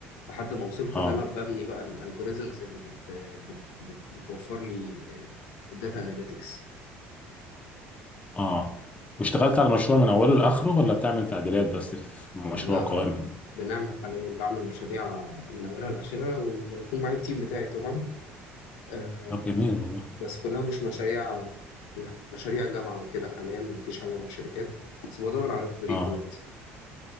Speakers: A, on the left (about 80°); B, on the left (about 20°).
A: لحد ما وصلت
B: اه
A: ان انا ببني بقى الالجوريزمز اللي بت بت بت بتوفر لي الداتا اناليتكس
B: اه واشتغلت على مشروع من اوله لاخره ولا بتعمل تعديلات بس في مشروع
A: لا
B: قائم
A: لا بنعمل حاليا بعمل مشاريع من اولها لاخرها وبيكون معايا التيم بتاعي طبعا آه،
B: طب جميل والله
A: بس كلها مش مشاريع يعني مشاريع جامعه وكده حاليا مفيش حاجه مع شركات بس بدور على تدريب
B: اه
A: دلوقتي